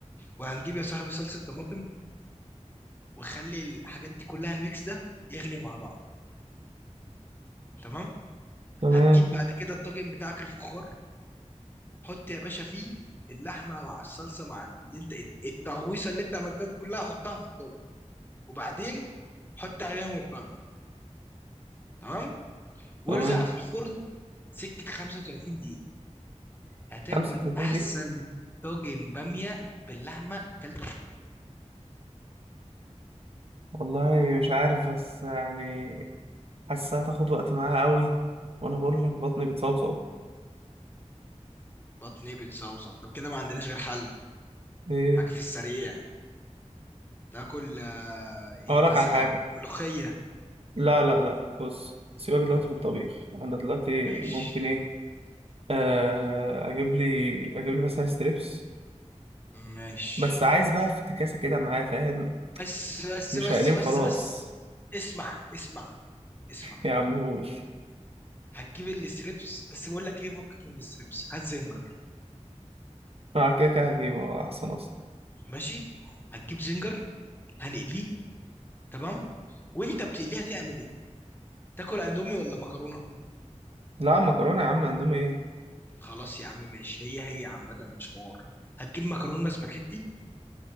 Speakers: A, on the left; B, on the right.
A: وهنجيب يا صاحبي صلصه طماطم وخلي الحاجات دي كلها الميكس ده يغلي مع بعض تمام
B: تمام
A: هتجيب بعد كده الطاجن بتاعك الفخار حط يا باشا فيه اللحمه مع الصلصه مع اللي انت التغويصه اللي انت عملتها دي كلها حطها في الطاجن وبعدين حط عليهم الباميه تمام وارزع
B: تمام
A: في الفرن سكه 35 دقيقه هتاكل
B: 35
A: احسن
B: دقيقة
A: طاجن باميه باللحمه كلته
B: والله مش عارف بس يعني حاسة هتاخد وقت معاها قوي وانا بقول لك بطني بتصوصو
A: بطني بتصوصو طب كده ما عندناش غير حل
B: ايه
A: حاجة في السريع تاكل آه، ايه
B: اقول لك
A: مثلا
B: على حاجة
A: ملوخية
B: لا لا لا بص سيبك
A: امم
B: دلوقتي في الطبيخ انا دلوقتي
A: ماشي
B: ممكن ايه آه اجيب لي اجيب لي مثلا ستريبس
A: ماشي
B: بس عايز بقى افتكاسة كده معاه فاهم
A: بس بس
B: مش
A: بس
B: هقليه
A: بس
B: وخلاص
A: بس اسمع اسمع اسمع
B: <laughs> يا عمهوش
A: هتجيب الستريبس بس بقول لك ايه فكك من الستريبس هات زنجر
B: مع كده كده هجيبه آه، احسن اصلا
A: ماشي هتجيب زنجر هنقليه تمام وانت بتقليه هتعمل ايه تاكل اندومي ولا مكرونه
B: لا مكرونة يا عم اندومي ايه
A: خلاص يا عم ماشي هي هي عامه مش حوار هتجيب مكرونه سباكيتي